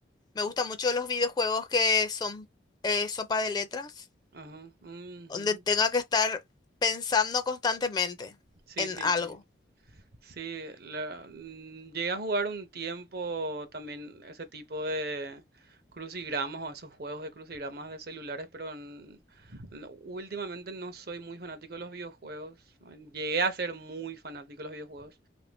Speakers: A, on the left; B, on the right.
A: me gustan mucho los videojuegos que son eh, sopa de letras,
B: Ajá, ujú.
A: donde tenga que estar pensando constantemente
B: Sí,
A: en
B: sí,
A: algo.
B: sí. Sí, la- mm, llegué a jugar un tiempo también ese tipo de crucigramas o esos juegos de crucigramas de celulares, pero n- no- últimamente no soy muy fanático de los videojuegos. Llegué a ser muy fanático de los videojuegos,